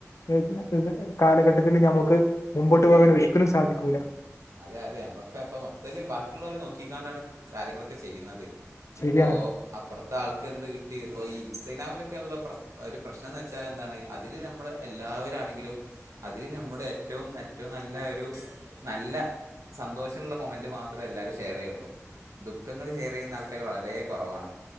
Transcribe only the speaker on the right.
അതെ അതെ നമ്മളൊക്കെ ഇപ്പ മൊത്തത്തില് ബാക്കിയുള്ളവരെ നോക്കാണ്ടാണ് കാര്യങ്ങളൊക്കെ ചെയ്യുന്നത്. ഇപ്പോ
അപ്പുറത്തെ ആൾക്ക് എന്ത് കിട്ടി ഇപ്പോ ഇൻസ്റ്റഗ്രാമിലെ ലൊക്കെ ഉള്ള പ്രശ് ഒരു പ്രശ്നം എന്ന് വെച്ചാൽ എന്താണ് അതില് നമ്മൾ എല്ലാവരാണെങ്കിലും അതിൽ നമ്മുടെ ഏറ്റവും ഏറ്റവും നല്ല ഒരു നല്ല സന്തോഷമുള്ള മൊമന്റ് മാത്രമേ എല്ലാവരും ഷെയർ ചെയ്യുള്ളൂ ദുഃഖങ്ങൾ ഷെയർ ചെയ്യുന്ന ആൾക്കാര് വളരെ കുറവാണ്